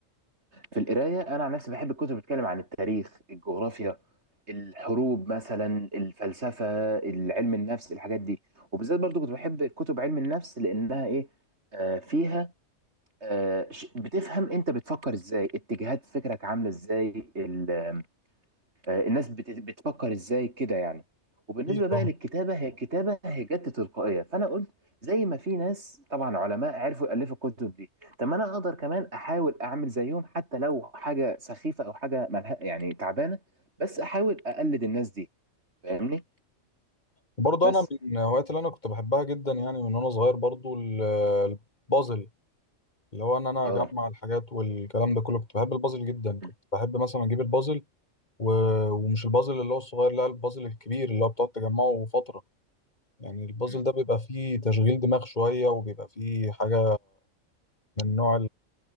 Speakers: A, on the right; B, on the left.
A: في القرايه انا عن نفسي بحب الكتب بتتكلم عن التاريخ الجغرافيا الحروب مثلا الفلسفه علم النفس الحاجات دي وبالذات برضو كنت بحب كتب علم النفس لانها ايه آه، فيها آه، ش- بتفهم انت بتفكر ازاي اتجاهات فكرك عامله ازاي ال- آه، الناس بت- بتفكر ازاي كده يعني وبالنسبه
B: أكيد
A: بقى
B: أه
A: للكتابه هي الكتابه هي جت تلقائيه فانا قلت زي ما في ناس طبعا علماء عرفوا يالفوا الكتب دي طب ما انا اقدر كمان احاول اعمل زيهم حتى لو حاجه سخيفه او حاجه ملها يعني تعبانه بس احاول اقلد الناس دي فاهمني
B: وبرضه
A: بس
B: أنا من الهوايات اللي أنا كنت بحبها جدا يعني من وأنا صغير برضو ال- البازل اللي هو ان انا
A: اه
B: اجمع الحاجات والكلام ده كله كنت بحب البازل جدا
A: م-
B: كنت بحب مثلا اجيب البازل و... ومش البازل اللي هو الصغير لا البازل الكبير اللي هو بتقعد تجمعه فترة يعني البازل
A: م-
B: ده بيبقى فيه تشغيل دماغ شوية وبيبقى فيه حاجة من نوع